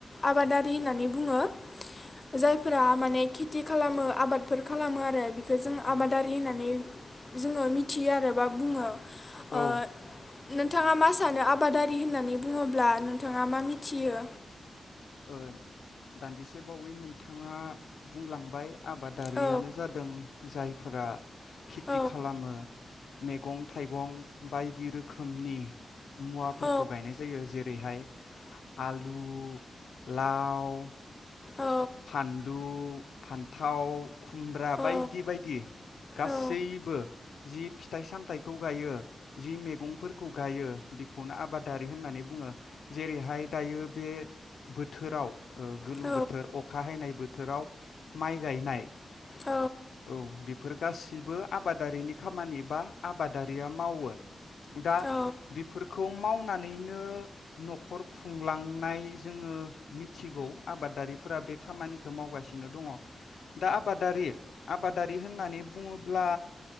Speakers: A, on the left (about 30°); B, on the left (about 80°).
A: आबादारि होननानै बुङो। जायफोरा मान ने खेथि खालामो आबादफोर खालामो आरो। फाय जों
B: औ
A: आबादारि होननानै जोङो मिथियो आरो बा बुङो। ओ
B: औ
A: नोंथाङा मा सानो आबादारि होननानै बुङोब्ला नोंथाङा मा मिथियो?
B: ओ दान्दिसे बावै नोंथाङा बुंलांबाय। आबादारियानो
A: औ
B: जादों जायफोरा खेथि
A: औ
B: खालामो मैगं थाइगं बायदि रोखोमनि मुवाफोरखौ
A: औ
B: गायनाय जायो जेरैहाय आलु लाव
A: औ
B: फानलु फान्थाव खुमब्रा
A: औ
B: बायदि बायदि गासैबो
A: औ
B: जि फिथाइ सामथाइखौ गायो जि मैगंफोरखौ गायो बेखौनो आबादारि होननानै बुङो जेरैहाय दायो बे बोथोराव ओ गोलोम
A: औ
B: बोथोर अख नाय बोथोराव माइ गायनाय।
A: औ
B: औ बेफोर गासिबो आबादारिनि खामानि बा आबादारिया मावो। दा
A: औ
B: बेफोरखौ मावनो नानैनो न'खर खुंलांनाय जोङो मिथिगौ। आबादारिफोरा बे खो मावगासिनो दङ दा आबादारि-आबादारि होननानै बुङोब्ला